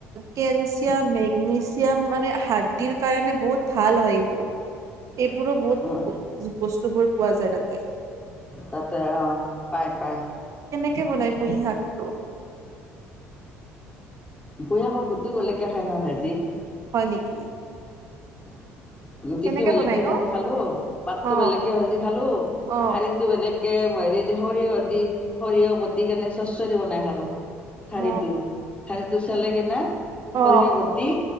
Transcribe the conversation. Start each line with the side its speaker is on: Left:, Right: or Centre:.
Right: কেলছিয়াম মেগনেছি মানে হাড্ডিৰ কাৰণে বহুত ভাল হয় এইবোৰ। এইবোৰো বহুত
Left: অ',
Right: বস্তুবোৰ পোৱা যায় তাত
Left: তাতে অহ পাই পাই <inaudible>
Right: কেনকে বনাই পুই শাসটো <inaudible>
Left: বুৰি শাকত গুটিও বেলেগকে খাই ন ভাজি
Right: হয় নেকি?
Left: <inaudible> ৰুটিটো
Right: কেনেকে
Left: বেলেগকে
Right: বনাই
Left: ভাজি
Right: ন
Left: খালো পাতটো
Right: অ
Left: বেলেগকে ভাজি খালো
Right: অ
Left: শাৰিটো বেলেগ কে হেৰি দি সৰিয়হ দি, সৰিয়হ বটি কেনে চচৰি বনাই খালো। ঠাৰীটো
Right: অ
Left: ঠাৰীটো চেলেগে না।
Right: অ
Left: সৰিয়হ বটি